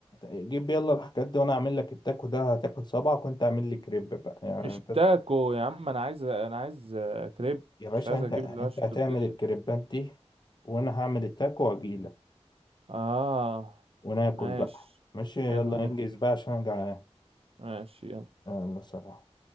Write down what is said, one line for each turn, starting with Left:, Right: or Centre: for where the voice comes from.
Left: جيب يلا الحاجات دي وانا اعمل لك التاكو ده هتاكل صبعك وانت اعمل لي كريب بقى
Right: مش
Left: يعني انت
Right: تاكو يا عم انا عايز انا عايز كريب
Left: يا باشا
Right: مش عايز
Left: انت
Right: اجيب
Left: انت
Right: اللي هو
Left: هتعمل
Right: تورتيلا
Left: الكريبات دي وانا هعمل التاكو واجيلك
Right: اه
Left: وناكل
Right: ماشي
Left: بقى ماشي
Right: حلو
Left: يلا
Right: ده
Left: انجز بقى عشان انا جعان
Right: ماشي يلا
Left: يلا سلام